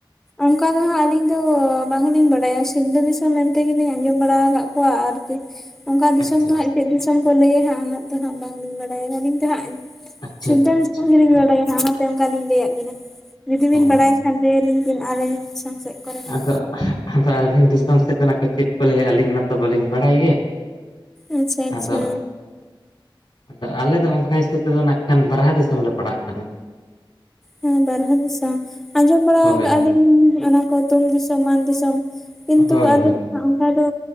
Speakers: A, in the centre; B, on the left.
A: ᱚᱱᱠᱟ ᱫᱚ ᱦᱟᱸᱜ ᱟᱹᱞᱤᱧ ᱫᱚ ᱵᱟᱝᱞᱤᱧ ᱵᱟᱲᱴᱰᱟᱭᱟ ᱥᱤᱞᱫᱟᱹ ᱫᱤᱥᱟᱢᱮ ᱢᱮᱱᱛᱮᱜᱮᱞᱤᱧ ᱟᱸᱡᱚᱢ ᱵᱟᱲᱟ ᱟᱠᱟᱫ ᱠᱚᱣᱟ ᱟᱨᱠᱤ ᱚᱱᱠᱟ ᱫᱤᱥᱚᱢ
B: ᱟᱪᱪᱷᱟ
A: ᱫᱚ
B: ᱟᱪᱪᱷᱟ
A: ᱦᱟᱸᱜ ᱪᱮᱫ ᱫᱤᱥᱚᱢ ᱠᱚ ᱞᱟᱹᱭᱟ ᱦᱟᱸᱜ ᱚᱱᱟ ᱫᱚ ᱦᱟᱸᱜ ᱵᱟᱝᱞᱤᱧ ᱵᱟᱲᱟᱭᱟ ᱟᱹᱞᱤᱧ ᱫᱚ ᱦᱟᱸᱜᱺ
B: ᱟᱪᱪᱷᱟ
A: ᱥᱤᱞᱫᱟᱹ
B: ᱟᱪᱪᱷᱟ ᱟᱪᱪᱷᱟ
A: ᱫᱤᱥᱚᱢ
B: ᱟᱪᱪᱷᱟ
A: ᱜᱮᱞᱤᱧ ᱵᱟᱰᱟᱭᱟ ᱚᱱᱟᱛᱮ ᱚᱝᱠᱟᱞᱤᱧ ᱞᱟᱹᱭᱟᱜ ᱵᱤᱱᱟ ᱡᱩᱫᱤ ᱵᱤᱱ
B: ᱚ
A: ᱵᱟᱲᱟᱭ ᱠᱷᱟᱱ ᱞᱟᱹᱭ ᱟᱞᱤᱧ ᱵᱮᱱ ᱟᱨᱞᱮ ᱥᱟᱶ ᱥᱮᱫ ᱠᱚᱨᱮᱱᱟᱜ
B: ᱟᱫᱚ ᱟᱫᱚ ᱟᱹᱵᱤᱱ ᱫᱤᱥᱚᱢ ᱥᱮᱫ ᱫᱚ ᱠᱚ ᱱᱟᱦᱟᱜ ᱠᱷᱟᱱ ᱪᱮᱫ ᱠᱚ ᱞᱟᱹᱭᱟ ᱟᱹᱞᱤᱧ ᱢᱟᱛᱚ ᱵᱟᱹᱞᱤᱧ ᱵᱟᱲᱟᱭ ᱜᱮ
A: ᱟᱪᱪᱷᱟ ᱟᱪᱪᱷᱟ
B: ᱟᱫᱚ ᱟᱫᱚ ᱟᱞᱮ ᱫᱚ ᱚᱱᱠᱟ ᱦᱤᱥᱟᱹᱵᱽ ᱛᱮᱫᱚ ᱱᱟᱜ ᱠᱷᱟᱱ ᱵᱟᱨᱦᱟ ᱫᱤᱥᱚᱢ ᱞᱮ ᱯᱟᱲᱟᱜ ᱠᱟᱱᱟ᱾
A: ᱦᱮᱸ ᱵᱟᱨᱦᱟ ᱫᱤᱥᱚᱢ ᱟᱸᱡᱚᱢ ᱵᱟᱲᱟ
B: ᱦᱳᱭ
A: ᱠᱟᱜᱼᱟ ᱞᱤᱧ ᱚᱱᱟ ᱠᱚ ᱛᱩᱝ ᱫᱤᱥᱚᱢ ᱢᱟᱱ ᱫᱤᱥᱚᱢ ᱠᱤᱱᱛᱩ
B: ᱦᱳᱭ
A: ᱟᱞᱮ
B: ᱦᱳᱭ
A: ᱫᱚ ᱚᱱᱠᱟ ᱫᱚ